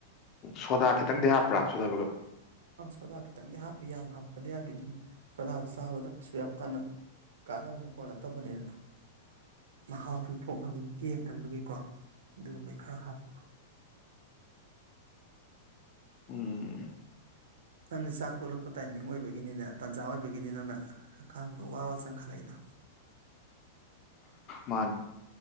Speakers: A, on the left (about 30°); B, on the right (about 90°).
A: ꯁꯣꯗꯥ ꯈꯤꯇꯪꯗꯤ ꯍꯥꯞꯄ꯭ꯔꯥ ꯁꯣꯗꯥꯒ
B: ꯄꯗꯛ ꯈꯤꯇꯪꯗꯤ ꯍꯥꯞꯄꯤ ꯌꯥꯝ ꯍꯥꯞꯄꯗꯤ ꯌꯥꯗ ꯁꯣꯗꯥꯗ ꯆꯥꯕꯗ ꯀꯩꯁꯨ ꯌꯥꯝ ꯀꯥꯟꯅꯕ ꯄꯣꯠ ꯅꯠꯇꯕꯅꯤꯅ ꯃꯍꯥꯎꯒꯤ ꯊꯣꯛꯅꯕꯒꯤ ꯀꯦꯞ ꯇꯝꯕꯒꯤꯀꯣ ꯑꯗꯨꯒꯨꯝꯕꯩ ꯈꯔ ꯍꯥꯞꯄ
A: ꯎꯝ
B: ꯅꯪꯅ ꯆꯥꯛ ꯇꯣꯜꯂꯛꯄ ꯇꯥꯏꯃꯤꯡ ꯑꯣꯏꯕꯒꯤꯅꯤꯅ ꯇꯥꯟꯖꯥ ꯑꯣꯏꯕꯒꯤꯅꯤ ꯅꯪꯅ ꯑꯈꯥꯝꯒ ꯋꯥꯕ ꯆꯪꯈꯠꯂꯛꯏꯗꯣ
A: ꯃꯥ